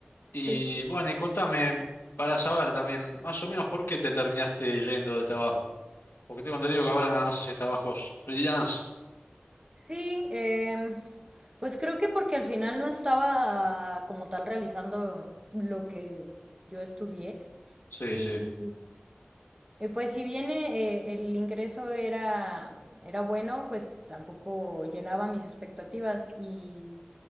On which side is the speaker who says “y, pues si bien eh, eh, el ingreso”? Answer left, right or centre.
Right